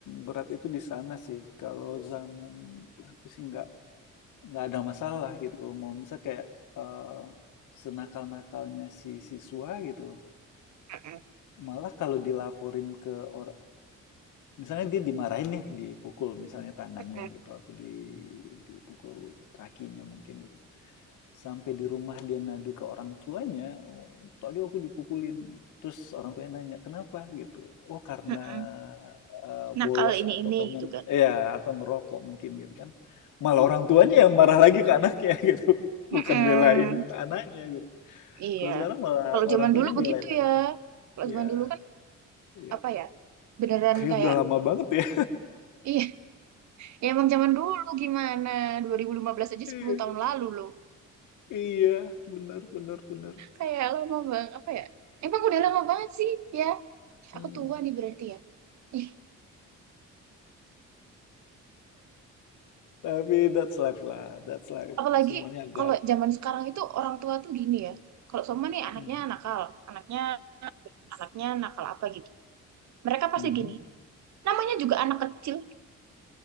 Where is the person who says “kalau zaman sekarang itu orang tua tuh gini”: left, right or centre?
Right